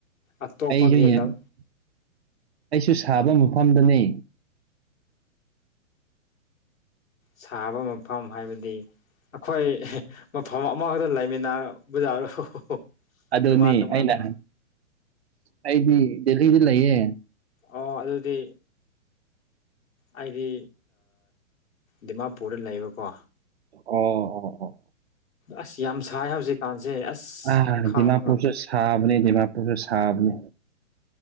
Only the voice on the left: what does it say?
ꯑꯇꯣꯞꯄꯒꯤ
ꯂꯝ
ꯁꯥꯕ ꯃꯐꯝ ꯍꯥꯏꯕꯗꯤ ꯑꯩꯈꯣꯏ ꯃꯐꯝ ꯑꯃꯈꯛꯇ ꯂꯩꯃꯤꯟꯅꯕꯖꯥꯔꯣ
ꯇꯣꯉꯥꯟ ꯇꯣꯉꯥꯟꯕ
ꯑꯣ ꯑꯗꯨꯗꯤ ꯑꯩꯗꯤ ꯗꯤꯃꯥꯄꯨꯔꯗ ꯂꯩꯕꯀꯣ
ꯑꯁ ꯌꯥꯝ ꯁꯥꯏ ꯍꯧꯖꯤꯛꯀꯥꯟꯁꯦ ꯑꯁ
ꯈꯥꯡꯕ
ꯉꯝ